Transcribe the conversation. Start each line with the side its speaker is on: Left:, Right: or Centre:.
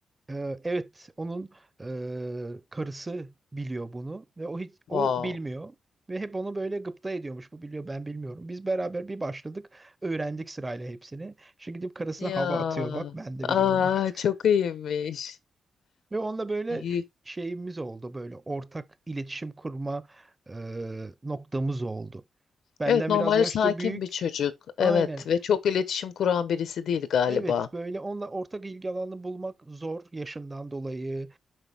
Right: Ee, evet, onun e, karısı biliyor bunu ve o hiç
Left: Wow.
Right: o bilmiyor ve hep onu böyle gıpta ediyormuş. Bu biliyor, ben bilmiyorum. Biz beraber bir başladık, öğrendik sırayla hepsini. Şimdi gidip karısına
Left: Ya.
Right: hava atıyor. Bak ben de
Left: Aa,
Right: biliyorum artık.
Left: çok iyiymiş.
Right: <laughs> Ve onunla böyle
Left: İyi.
Right: şeyimiz oldu böyle ortak iletişim kurma e, noktamız oldu. Benden
Left: Evet normalde
Right: biraz yaşça
Left: sakin
Right: büyük.
Left: bir çocuk.
Right: Aynen.
Left: Evet ve çok iletişim kuran birisi değil galiba.
Right: Evet, böyle onunla ortak ilgi alanı bulmak zor yaşından dolayı